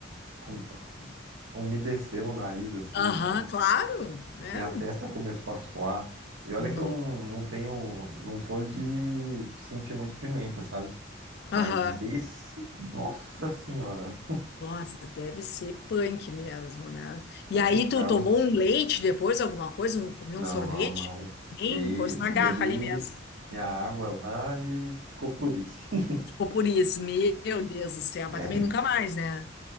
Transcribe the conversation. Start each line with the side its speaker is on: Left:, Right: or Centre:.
Right: com- umedeceu o nariz assim,
Left: Aham,
Right: com-
Left: claro, né?
Right: minha testa começou a suar. E olha
Left: No.
Right: que eu não, não tenho, não sou de sentir muito pimenta, sabe? Mas
Left: Aham.
Right: esse, nossa senhora,
Left: Nossa, deve ser punk mesmo, né?
Right: complicado.
Left: E aí tu tomou um leite depois, alguma coisa, um, comeu
Right: Não,
Left: um sorvete?
Right: não, não.
Left: Nem
Right: Fiquei,
Left: fosse
Right: bebi
Left: na garra ali mesmo.
Right: minha água lá e ficou por isso. <laughs>
Left: Ficou por isso, meu Deus do céu, mas
Right: É.
Left: também nunca mais, né?